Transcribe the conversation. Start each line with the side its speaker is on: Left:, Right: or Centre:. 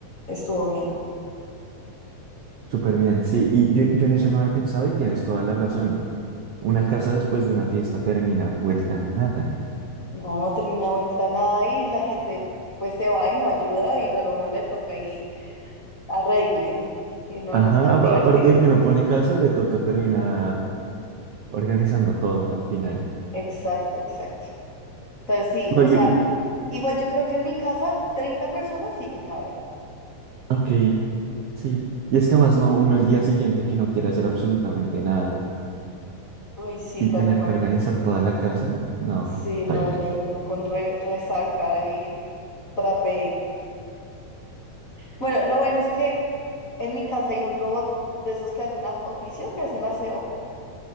Left: estuvo bien.
Right: Súper bien, sí, y yo, yo en eso no había pensado y tienes toda la razón. Una casa después de una fiesta termina vuelta nada.
Left: No, termina ventana ahí, la gente pues se va y no ayuda y luego a uno le toca ahí arregle. Y no,
Right: Ajá,
Left: no es tan
Right: a-
Left: divertido.
Right: aparte de que uno pone casa, le toca terminar organizando todo al final.
Left: Exacto, exacto. Entonces sí,
Right: No,
Left: o
Right: yo-
Left: sea,
Right: y-
Left: igual yo creo que en mi casa 30 personas sí que caben.
Right: ok, sí. Y es que además no, uno el día siguiente que no quiere hacer absolutamente nada
Left: Uy, sí,
Right: y
Left: tal
Right: tener
Left: cual.
Right: que organizar toda la casa, no,
Left: Sí, no,
Right: paila.
Left: y hay uno con re- resaca y trapé. Bueno, lo bueno es que en mi casa hay un robot de esos que hacen a- oficio, que hacen aseo.